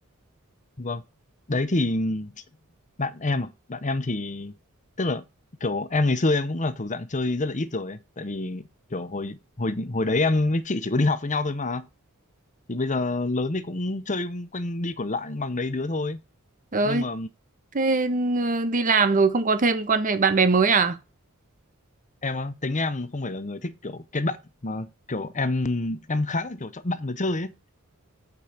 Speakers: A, on the left; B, on the right.
A: Vâng. Đấy thì bạn em à, bạn em thì tức là kiểu em ngày xưa em cũng là thuộc dạng chơi rất là ít rồi ấy. Tại vì kiểu hồi hồi hồi đấy em với chị chỉ có đi học với nhau thôi mà. Thì bây giờ lớn thì cũng chơi quanh đi quẩn lại bằng đấy đứa thôi.
B: Ơi,
A: Nhưng mà
B: thế ờ, đi làm rồi không có thêm quan hệ bạn bè mới à?
A: em á tính em không phải là người thích kiểu kết bạn mà kiểu em em khá là kiểu chọn bạn mà chơi ấy